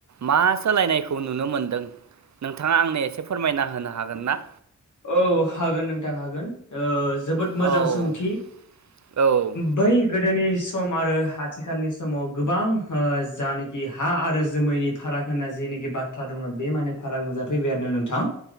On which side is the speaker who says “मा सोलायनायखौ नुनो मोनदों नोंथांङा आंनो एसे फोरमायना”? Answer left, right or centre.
Right